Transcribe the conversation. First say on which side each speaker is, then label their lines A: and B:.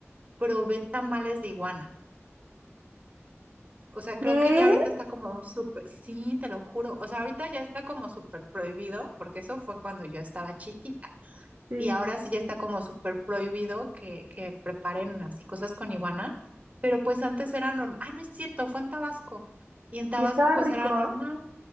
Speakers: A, on the right; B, on the right.
A: probé tamales de iguana. O sea,
B: <laughs>
A: creo
B: ¿Qué?
A: que ya ahorita está como súper, sí, te lo juro. O sea, ahorita ya está como súper prohibido, porque eso fue cuando yo estaba chiquita.
B: Sí.
A: y ahora sí ya está como súper prohibido que, que preparen así cosas con iguana, pero pues antes era normal. Ah, no es cierto, fue en Tabasco. Y en Tabasco
B: Y estaba
A: pues
B: rico.
A: era normal.